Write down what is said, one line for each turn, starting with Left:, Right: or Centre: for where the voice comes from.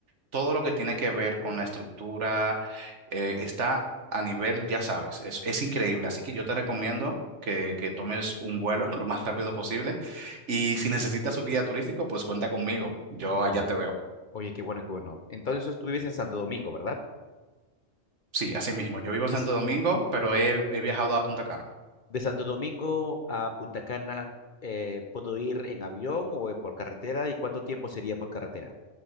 Right: todo lo que tiene que ver con la estructura, eh, está a nivel, ya sabes, es, es increíble. Así que yo te recomiendo que, que tomes un vuelo <laughs> lo más rápido posible y si necesitas un guía turístico, pues cuenta conmigo. Yo
Left: Oye,
Right: allá te veo.
Left: oye, qué bueno, qué bueno. Entonces tú vives en Santo Domingo, ¿verdad?
Right: Sí, así mismo. Yo vivo en
Left: De,
Right: Santo
Left: S-
Right: Domingo, pero he, he viajado a Punta Cana.
Left: de Santo Domingo a Punta Cana, eh, ¿puedo ir en avión o eh, por carretera? ¿Y cuánto tiempo sería por carretera?